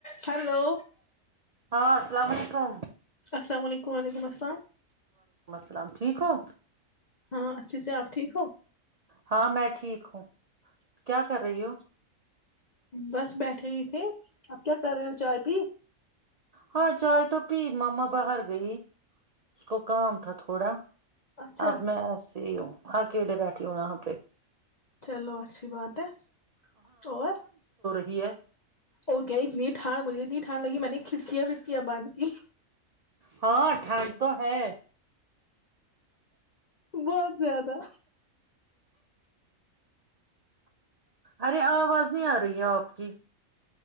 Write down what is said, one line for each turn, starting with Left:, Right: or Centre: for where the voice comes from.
Left: hello
Right: ہاں السلام علیکم
Left: السلام علیکم وعلیکم السلام
Right: سلام ٹھیک ہو
Left: ہاں اچھے سے آپ ٹھیک ہو
Right: ہاں میں ٹھیک ہوں کیا کر رہی ہووں
Left: بس بیٹھے ہی تھے اب کیا کر رہے ہو چائے پی
Right: ہاں جائے تو پ ماما باہر گئی اس کو کام تھا تھوڑا
Left: اچھا
Right: اب میں ایسے ہی ہوں آ کےدے بیٹھی ہو آ آاں پہ
Left: چلو اچھی بات ہے اور
Right: گ ہے
Left: اور کیا اتنی ٹان مجھےت ٹھان لگ میں نےھڑیاکیا کیا بان کی
Right: ہاں ٹھنڈ تو ہے
Left: بہت زیادہ
Right: ارے آواز نہیں آ رہی ہے آپ کی